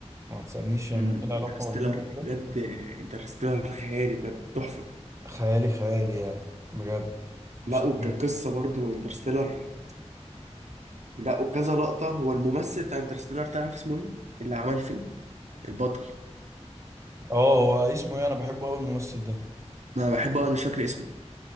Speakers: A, on the right; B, on the right.
A: ما تسالنيش يعني
B: امم
A: ايه العلاقه
B: انترستيلر
A: ما بين ده وده
B: بجد انترستيلر خيالي بجد تحفه
A: خيالي خيالي يعني بجد مش
B: لا
A: طبيعي
B: وكقصه برضو انترستيلر لا وكذا لقطه هو الممثل بتاع انترستيلر تعرف اسمه ايه اللي عمل الفيلم البطل
A: اه هو اسمه ايه انا بحبه قوي الممثل ده
B: ما بحبه انا مش فاكر اسمه